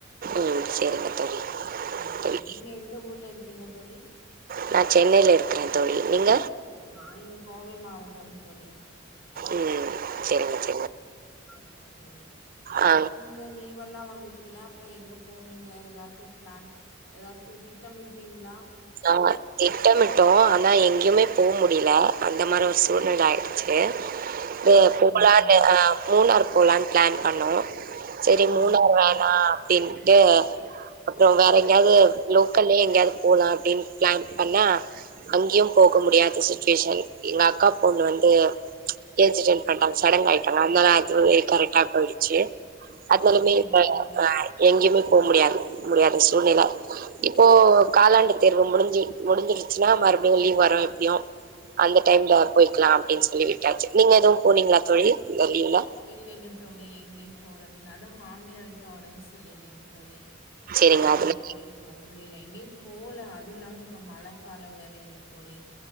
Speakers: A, on the right; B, on the left.
A: ம் சேரிங்க தோழி
B: சேரிங்க
A: தோழி
B: தொழி நீங்க எந்த ஊர்ல இருக்கீங்க தோழி
A: நா சென்னையில இருக்கறே தோழி நீங்க
B: நா இங்க கோவை மாவட்டம் தோழி
A: ம் சேரிங்கத்தோ
B: ஆ ஆ சேரி
A: ஆ
B: அப்ப நீங்கள் லீவெல்லா வந்துச்சுல்ல அப்புறோ எங்க போனீங்க ஏதாச்சு பிளான் ஏதாச்சு வச்சு சமைட்ப்பீங்ளா
A: நார்க்கிங் திட்டமிட்டோ ஆனா எங்கேயுமே போவ் முடியல அந்த மாரி ஒரு சூழ்நிலை ஆயிடுச்சு ஏ
B: சரிங்க
A: போலான்னு
B: தோழி
A: அ மூணாரு போலானு பிளான் பண்ணோ சேரி
B: சரிங்க
A: மூணார்
B: தோழி
A: வேணா அப்டின்ட்டு அப்புறோ வேற எங்கயாது லோக்கல்லே எங்கயாது போலாம் அப்டின் ப்ளான் பண்ண அங்கயு போக முடியாத சிச்சுவேஷன் எங்க அக்கா பொண்ணு வந்து ஏஜ் அட்டென் பண்ட்டாங்க சடங்க் ஆயிட்டாங்க அதனால அது கரெக்டா போயிடுச்சு அப்போ இனமே
B: சரிங்க
A: ப
B: தோழி
A: அ எங்கயுமே போ முடியாது முடியாத சூழ்நில இப்போ காலாண்டு தேர்வு முடிஞ்சு முடிஞ்சிடுச்சுன்னா மறுபடியு லீவ் வரு எப்டியு அந்த டைம்ல போயிக்கலாம் அப்டின் சொல்லி விட்டாச்சு நீங்க எதுவு போனீங்களா தோழி இந்த லீவுல
B: இல்லைங்க தோழி எங்கேயு போறக்ல அதா மாமியாரகிட்ட ஒடம்பு சரி இல் இல்லைங் தொலி
A: சரிங்க
B: அனால
A: அதுல
B: எங்கயு போவ் முடியல எங்கயு போல அதுவு இல்லாம இப்ப மழ காலோ வேற இல்லைங்க தோழி